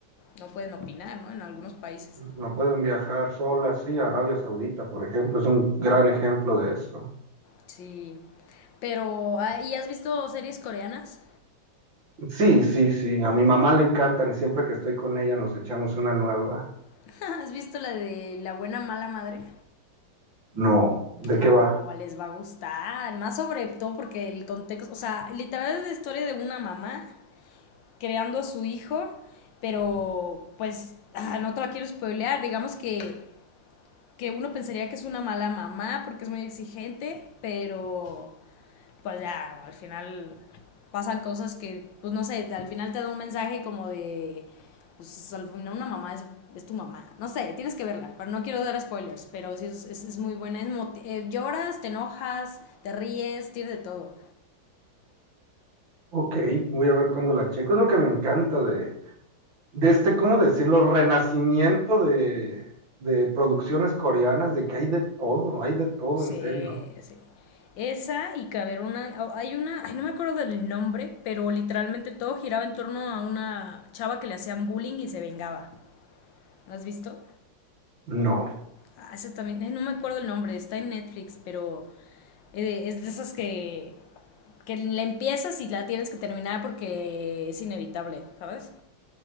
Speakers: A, on the left; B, on the right.
A: no pueden opinar, ¿no? En algunos países.
B: no pueden viajar solas, sí, a Arabia Saudita, por ejemplo, es un gran ejemplo de eso.
A: Sí. Pero, ah, ¿y has visto series coreanas?
B: Sí, sí, sí, a mi mamá le encantan y siempre que estoy con ella nos echamos una nueva.
A: <laughs> ¿Has visto la de La buena mala madre?
B: No, ¿de
A: No,
B: qué va?
A: les va a gustar. Más sobre todo porque el contexto, o sea, literal es la historia de una mamá creando a su hijo, pero pues ah, no te la quiero spoilear. Digamos que, que uno pensaría que es una mala mamá porque es muy exigente, pero pues ya, ¿no? al final pasan cosas que, pues no sé, al final te da un mensaje como de, pues al final una mamá es, es tu mamá. No sé, tienes que verla, pero no quiero dar spoilers, pero sí es, es, es muy buena. Es moti- eh, lloras, te enojas, te ríes, tienes de todo.
B: Ok, voy a ver cuándo la checo, es lo que me encanta de, de este, ¿cómo decirlo? Renacimiento de, de producciones coreanas, de que hay de todo, hay de todo,
A: Sí,
B: en serio.
A: sí. Esa y que haber una, oh, hay una, ay, no me acuerdo del nombre, pero literalmente todo giraba en torno a una chava que le hacían bullying y se vengaba. ¿Lo has visto?
B: No,
A: Ah, esa también, eh, no me acuerdo el nombre, está en Netflix, pero eh, es de esas que, que la empiezas y la tienes que terminar porque es inevitable, ¿sabes?